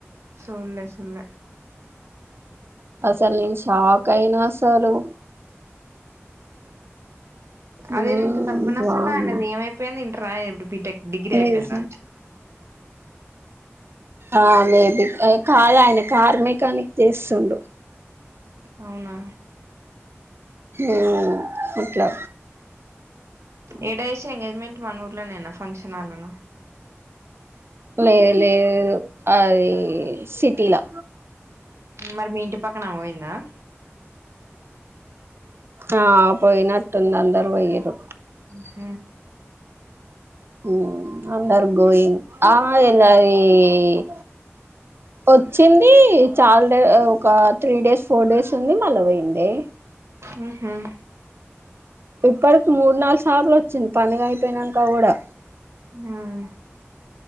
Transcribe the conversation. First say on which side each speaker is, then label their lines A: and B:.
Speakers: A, on the right; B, on the right.
A: చూడలే చూడలే
B: అసల్ నేను షాక్ కైనాసాలు మ్మ్
A: అదే ఇంత డబ్బుని
B: వామ్మో
A: అసలు ఆయనది ఏమైపోయింది ఇంత రా ఎ బిటెక్ డిగ్రీ
B: నిజ
A: అయిపోయింద
B: ఆ మేబి కా ఆయన కార్ మెకానిక్ చేస్తుండు
A: అవునా
B: ఉమ్ అట్లా
A: ఏడ ఎసి ఎంగేజ్మెంట్ మనూఊర్లోనేనా ఫంక్షన్ హలోనా
B: లేదు లేదు ఆది సిటీలా
A: మరి మీ ఇంటి పక్కనమ పోయిందా
B: ఆ పోయినట్టుంది అందరూ పోయిరు
A: హమ్
B: ఉమ్ అందరూ గోయింగ్ ఆ ఏమ్ కాదు ఎ వచ్చింది చాలా డే ఒక త్రీ డేస్ ఫోర్ డేస్ ఉంది మళ్ళ పోయిందే
A: ముహుమ్
B: ఇప్పుడ కి మూడు నాలుగు సార్లు వచ్చి చింత పండగా అయిపోయినాక కూడా
A: ఆమ్